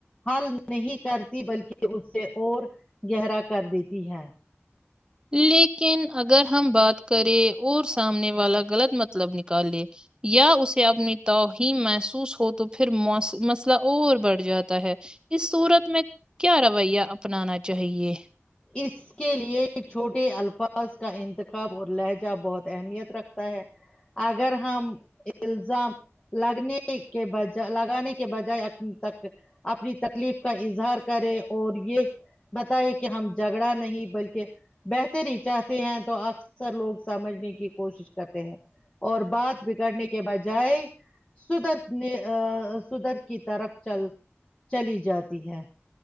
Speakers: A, on the left (about 20°); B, on the right (about 20°).
A: حل نہیں کرتی بلکہ اس سے اور گہرا کر دیتی ہے
B: لیکن اگر ہم بات کریں اور سامنے والا غلط مطلب نکالے یا اسے اپنی توہین محسوس ہو تو پھر مس مسئلہ اور بڑھ جاتا ہے اس سورت میں کیا رویہ اپنانا چاہیے
A: اس کے لیے چھوٹے الفاظ کا انتخاب اور لہجہ بہت اہمیت رکھتا ہے اگر ہم الزام لگنے کے بج لگانے کے بجائے تک اپنی تکلیف کا اظہار کرے اور یہ بتائے کہ ہم جھگڑا نہیں بلکہ بہتری چاہتے ہیں تو اکثر لوگ سمجھنے کی کوشش کرتے ہیں اور بات بگڑنے کے بجائے سدھر نے سدھار کی طرف چل چلی جاتی ہے